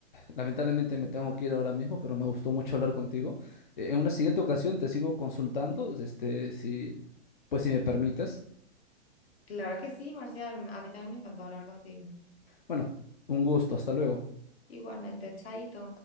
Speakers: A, on the left; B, on the left.
A: Lamentablemente
B: Mm.
A: me tengo que ir ahora mismo, pero me gustó mucho hablar contigo. Eh, en una siguiente ocasión te sigo consultando, este, si, pues si me permites.
B: Claro que sí, Marcial, a mí también me encantó hablar contigo.
A: Bueno, un gusto, hasta luego.
B: Igualmente, chaito.